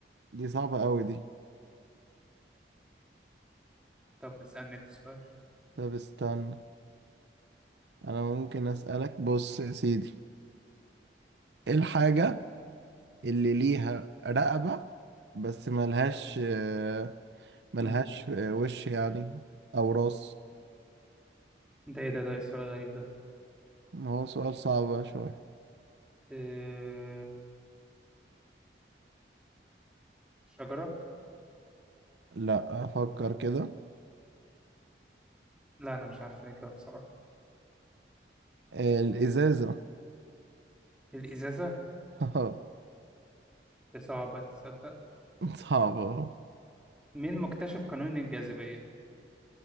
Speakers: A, on the right (about 75°); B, in the centre.
A: دي صعبة أوي دي
B: طب اسالني انت سؤال
A: طب استنى أنا ممكن أسألك بص يا سيدي ايه الحاجة اللي ليها رقبة بس ملهاش آه، ملهاش
B: مم.
A: آه، وش يعني او راس
B: انت ايه ده ده ايه السؤال الغريب ده
A: ما هو سؤال صعب بقى شوية
B: اه... شجرة
A: لا افكر كده
B: لا انا مش عارف الاجابه بصراحه
A: آه، الازازة
B: الازازه
A: <laughs>
B: دي صعبه تصدق
A: صعبة
B: مين مكتشف قانون الجاذبيه